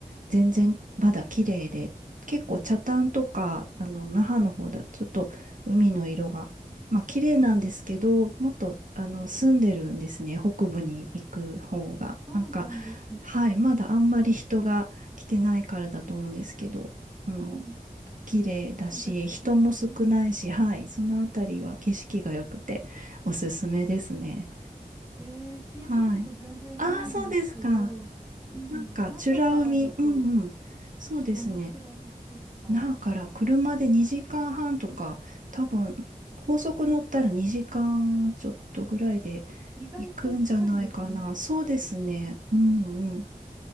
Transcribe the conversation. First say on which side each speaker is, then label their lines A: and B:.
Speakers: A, on the right; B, on the right.
A: 全然まだ綺麗で、結構北谷とか、
B: うん。
A: あの、那覇の方だとちょっと海の色が、まあ綺麗なんですけど、もっと、あの、住んでるんですね、北部に行く方が。
B: あ、そうなんですね。
A: なんか、はい、まだあんまり人が来てないからだと思うんですけど、あの、
B: うん。
A: 綺麗だし、
B: なんか
A: 人も少ないし、
B: うん。
A: はい、そのあたりは景色が良くておすすめですね。
B: ええ、聞いたこと全然ないんですけど、
A: はい。ああ、そうですか。
B: うん。
A: なんか、
B: 那覇からだと
A: 美ら海、うんうん。そうですね。
B: どのくらいですか？
A: だから車で2時間半とか、多分、高速乗ったら2時間ちょっとぐらいで
B: 意外と近いですね。
A: 行くんじゃないかな。そうですね。うんうん。